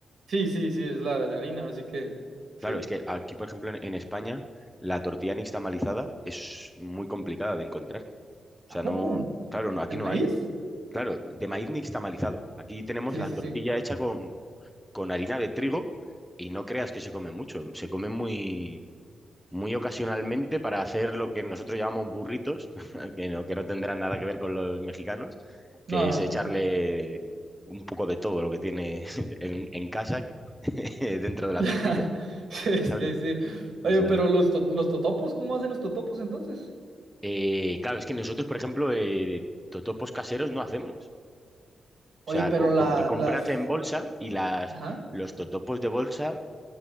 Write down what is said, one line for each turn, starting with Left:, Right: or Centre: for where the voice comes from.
Right: sí, sí, sí, es la de, de harina, ahora sí que, sí.
Centre: Claro, es que aquí, por ejemplo, en, en España, la tortilla nixtamalizada es muy complicada de encontrar. O
Right: ¿A
Centre: sea,
Right: poco?
Centre: no, claro, no, aquí
Right: ¿El
Centre: no
Right: maíz?
Centre: hay. Claro, de maíz nixtamalizado. Aquí tenemos
Right: Sí,
Centre: la
Right: sí,
Centre: tortilla
Right: sí.
Centre: hecha con, con harina de trigo y no creas que se come mucho. Se come muy, muy ocasionalmente para hacer lo que nosotros llamamos burritos, <laughs> que no, que no tendrán nada que ver con los mexicanos,
Right: No,
Centre: que
Right: no,
Centre: es echarle
Right: pues no.
Centre: un poco de todo lo que tiene <laughs> en, en casa <laughs> dentro de la
Right: <laughs>
Centre: tortilla,
Right: Sí, sí,
Centre: ¿sabes?
Right: sí. Oye,
Centre: O sea,
Right: pero los, to- los totopos, ¿cómo hacen los totopos entonces?
Centre: eh, claro, es que nosotros, por ejemplo, eh, totopos caseros no hacemos.
Right: Oye,
Centre: O sea,
Right: pero
Centre: co-
Right: la,
Centre: com- comprarse
Right: las...
Centre: en bolsa y las,
Right: Ajá,
Centre: los totopos de bolsa